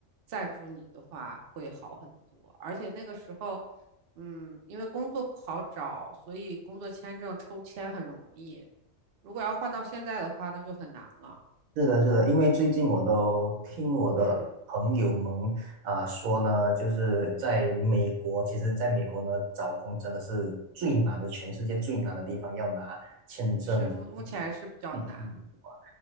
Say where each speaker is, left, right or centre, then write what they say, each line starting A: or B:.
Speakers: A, on the right; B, on the right.
A: 赞助你的话会好很多，而且那个时候。嗯，因为工作不好找，所以工作签证抽签很容易。如果要换到现在的话，那就很难了。
B: 是的，是的，因为最近我都听我的朋友们
A: 嗯。
B: 啊、说呢，就是在美国，其实在美国呢，找工真的是最难的，全世界最难的地方，要拿签证去
A: 是目目前是比较难。
B: 去去旅游